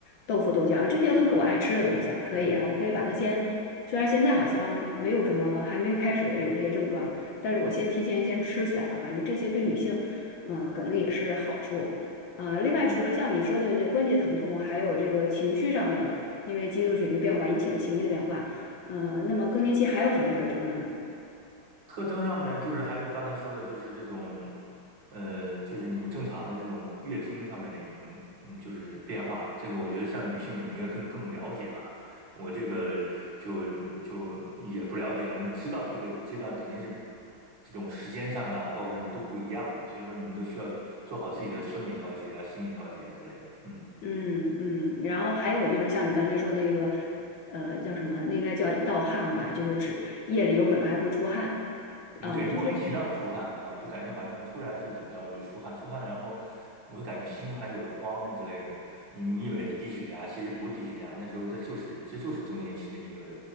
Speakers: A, on the left; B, on the right.
A: 豆腐、豆浆，这些都是我爱吃的东西啊，可以啊，
B: 嗯
A: 我可以把它先，虽然现在好像没有什么，还没有开始有这些症状，但是我先提前先吃起来吧，反正这些对女性，嗯，可能也是好处。呃，另外除了像你说的这关节疼痛，
B: 嗯，
A: 还有这个情绪上的，因为激素水平变化引起的情绪的变化，呃，那么更年期还有什么特征呢？
B: 特征上面就是还有刚才说的，就是这种，呃，就是你们正常的这种月经的上面的已经嗯，就是变化。这个我觉得像女性你们应该更更了解吧。我这个就就也不了解，反正知道这个阶段肯定是这种时间上啊，包括什么都不一样了。所以说你们都需要做好自己的生理调节啊、心理调节啊之类的。嗯。
A: 嗯嗯，然后还有就是像你刚才说的那个，呃，叫什么？那应该叫盗汗吧，就是指夜里有可能还会出汗啊，
B: 嗯，对，
A: 就是
B: 莫名其妙的出汗啊，就感觉好像突然是怎么着了就出汗，出汗，然后你会感觉心还有点慌之类的，你你以为是低血压，其实不是低血压，那时候这就是这就是更年期的一个